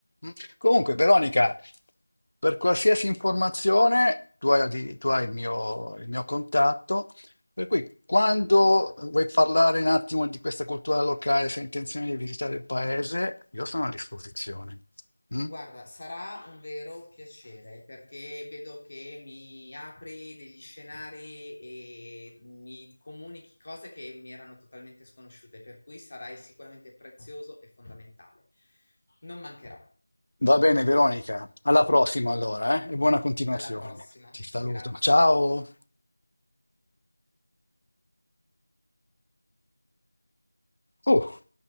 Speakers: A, on the left; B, on the left.
A: Mm. Comunque, Veronica, per qualsiasi informazione, tu hai, tu hai il mio, il mio contatto, per cui quando vuoi parlare un attimo di questa cultura locale, se hai intenzione di visitare il paese, io sono a disposizione. Mm?
B: Guarda, sarà un vero piacere perché vedo che mi apri degli scenari e mi comunichi cose che mi erano totalmente sconosciute, per cui sarai sicuramente prezioso e fondamentale. Non mancherò.
A: Va bene, Veronica. Alla prossima allora, eh? E buona continuazione.
B: Alla prossima.
A: Ti saluto.
B: Grazie.
A: Ciao. Oh.